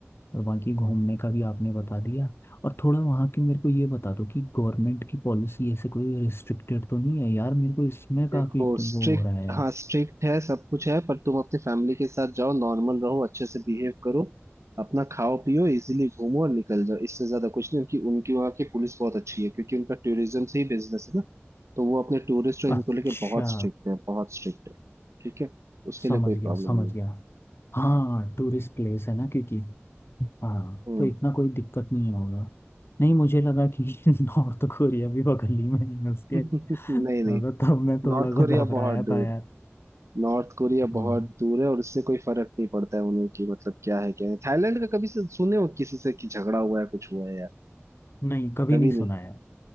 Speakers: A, on the left (about 55°); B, on the right (about 85°).
A: और बाकी घूमने का भी आपने बता दिया और थोड़ा वहाँ की मेरे को ये बता दो कि गवर्नमेंट की पॉलिसी ऐसे कोई रिस्ट्रिक्टेड तो नहीं है यार मेरे को इसमें काफ़ी
B: देखो
A: वो
B: स्ट्रिक्ट
A: हो रहा है यार
B: हाँ स्ट्रिक्ट है सब कुछ है पर तुम अपनी फैमिली के साथ जाओ नॉर्मल रहो अच्छे से बिहेव करो अपना खाओ पियो इजीली घूमो और निकल जाओ इससे ज्यादा कुछ नहीं उनकी उनकी वहाँ की पुलिस बहुत अच्छी है क्योंकि उनका टूरिज्म से ही बिजनेस है ना तो वो अपने टूरिस्ट और इनको
A: अच्छा
B: लेके बहुत स्ट्रिक्ट है बहुत स्ट्रिक्ट है ठीक है उसके
A: समझ
B: लिए कोई प्रॉब्लम
A: गया समझ
B: नहीं है।
A: गया हाँ टूरिस्ट प्लेस है ना क्योंकि हाँ
B: हम्म
A: तो इतना कोई दिक्कत नहीं होगा नहीं मुझे लगा कि <laughs> नॉर्थ कोरिया भी बगल ही में है उसके
B: <laughs>
A: हाँ,
B: नहीं नहीं
A: तो तब मैं थोड़ा
B: नॉर्थ
A: सा
B: कोरिया
A: घबराया
B: बहुत दूर
A: था यार
B: नॉर्थ कोरिया
A: हम्म,
B: बहुत दूर है और उससे कोई फर्क नहीं पड़ता है उन्हें कि मतलब क्या है क्या है थाईलैंड का कभी से सुने हो किसी से कि झगड़ा हुआ है कुछ हुआ है यार
A: नहीं कभी
B: कभी
A: नहीं सुना
B: नहीं
A: यार